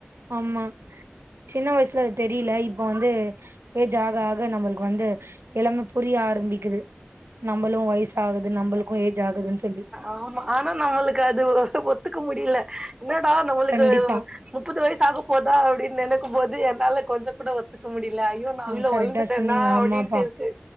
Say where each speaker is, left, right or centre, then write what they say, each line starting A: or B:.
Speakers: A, on the right; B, on the right.
A: ஆமா சின்ன வய்சுல அது தெரியல இப்ப வந்து ஏஜ் ஆக ஆக நம்மளுக்கு வந்து எல்லாமே புரிய ஆரம்பி க்குது நம்மளு வயசு ஆகுது நம்மளுக்கு ஏஜ் ஆகுதுன்னு சொல்லி
B: ஆமா ஆனா நம்மளுக்கு அது ஒத்துக்க முடியல என்னடா நம்மளுக்கு
A: கண்டிப்பா
B: முப்பது வயசு ஆக போதா அப்படின்னு நெனைக்கும் போது என்னால கொஞ்ச கூட ஒத்துக்க முடில ஐயோ நா
A: ஆ
B: அவிளோ
A: கரெக்டா
B: வளந்துட்டேனா
A: சொன்னீங்க ஆமாப்பா
B: அப்டின்ட்டு இருக்கு